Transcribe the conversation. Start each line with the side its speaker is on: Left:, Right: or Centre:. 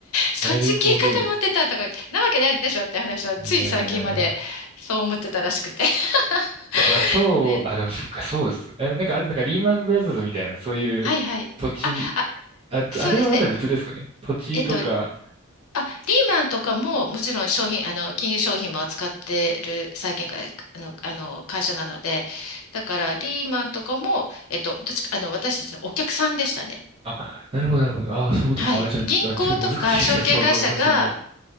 Left: そっち系かと思ってたとか言って、
Right: なるほど。
Left: なわけないでしょって話は、
Right: いやー。
Left: つい最近までそう思ってたらしくて。<laughs>
Right: いや、まあそう、
Left: ね。
Right: あ、でもそっか、そうです。あの、なんかあれ、なんかリーマンブラザーズみたいな、そういう土地に、
Left: はいはい。あ、あ、
Right: あ、
Left: そうですね。
Right: あれはまた別ですかね。土地とか、
Left: えっと、あ、リーマンとかも、もちろん商品、あの、金融商品も扱ってる債券会、あの、あの、会社なので、だから、リーマンとかも、えっと、どっちか、あの、私たちのお客さんでしたね。
Right: あ、なるほど、なるほど。ああそういうことか。
Left: はい。
Right: あ、じゃあ、
Left: 銀行とか証券会社が、
Right: あ、ちょっと難しいですね。想像がするのが。